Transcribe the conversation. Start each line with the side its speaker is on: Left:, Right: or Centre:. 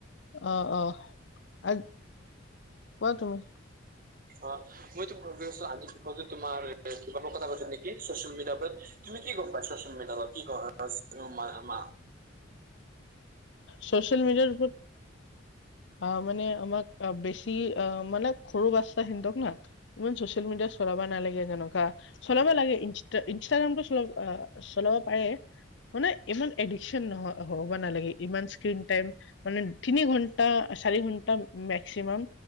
Left: অ', অ'। আ কোৱা তুমি?
Right: অ', মইতো ভাবি আছো আজি বিষয়তো তোমাৰ <unintelligible> কথা পাতিম নেকি চচিয়েল মিডিয়া ওৰৰত। তুমি কি <unintelligible> পাই চচিয়েল মিডিয়াত কি
Left: চ'চিয়েল মিডিয়াৰ ওপৰত আহ, মানে আমাক বেছি অ, মানে সৰু বাচ্ছা হিতক না। ইমান চচিয়েল মিডিয়াত চলাব নালাগে যেনেকুৱা, চলাব লাগে, ইন-ইনষ্টাগ্ৰামতটো চল চলাব পাৰে। মানে ইমান এডিকশচন নহ হ'ব নালাগে। তিন টাইম মানে তিনি ঘন্টা, চাৰি ঘন্টা মেক্সিমাম